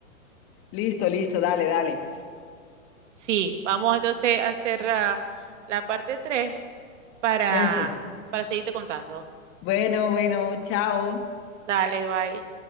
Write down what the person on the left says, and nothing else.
Listo, listo, dale, dale.
Eso.
Bueno, bueno, chao.